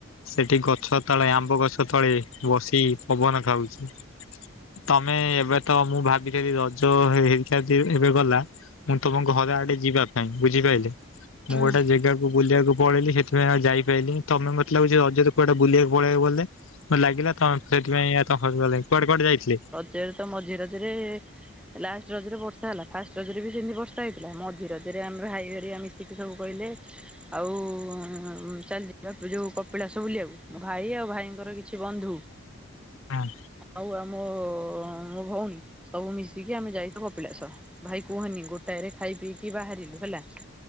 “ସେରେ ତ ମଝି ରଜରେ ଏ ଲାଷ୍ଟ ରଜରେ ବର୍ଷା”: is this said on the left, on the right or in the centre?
Centre